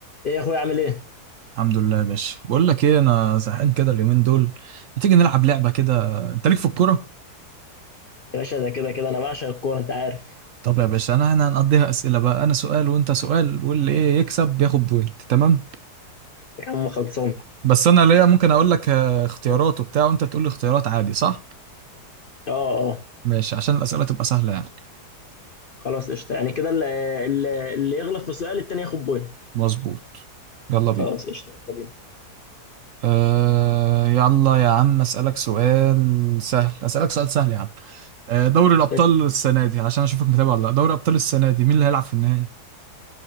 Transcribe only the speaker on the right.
الحمد لله يا باشا بقول لك ايه انا زهقان كده اليومين دول ما تيجي نلعب لعبه كده انت ليك في الكوره
طب يا باشا انا انا هنقضيها اسئله بقى انا سؤال وانت سؤال واللي ايه يكسب بياخد بوينت تمام
بس انا ليا ممكن اقول لك آه، اختيارات وبتاع وانت تقول لي اختيارات عادي صح
ماشي عشان الاسئله تبقى سهله يعني
مظبوط يلا بينا
آه يلا يا عم اسالك سؤال سهل اسالك سؤال سهل يا عم آه، دوري الابطال
السنه دي عشان اشوفك متابع ولا لا دوري ابطال السنه دي مين اللي هيلعب في النهائي